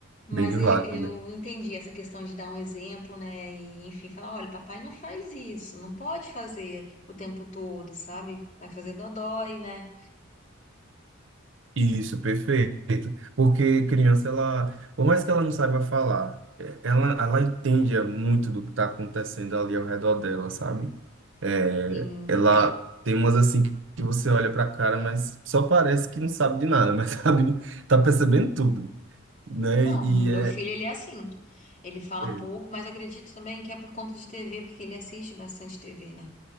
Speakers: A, on the left (about 35°); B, on the right (about 70°).
A: Mas
B: bem
A: e-
B: válida.
A: eu entendi essa questão de dar um exemplo, né? E, enfim, falar, olha, papai não faz isso, não pode fazer o tempo todo, sabe? Vai fazer dodói, né?
B: Isso, perfeito. Porque criança, ela, por mais que ela não saiba falar, eh, ela, ela entende muito do que está acontecendo ali ao redor dela, sabe? É,
A: Tem...
B: ela tem umas assim que você olha para a cara, mas só parece que não sabe de nada, mas <laughs> sabe, tá percebendo tudo, né?
A: Não,
B: E
A: meu
B: é,
A: filho, ele é assim. Ele fala
B: é
A: pouco, mas eu acredito também que é por conta de TV, porque ele assiste bastante TV, né?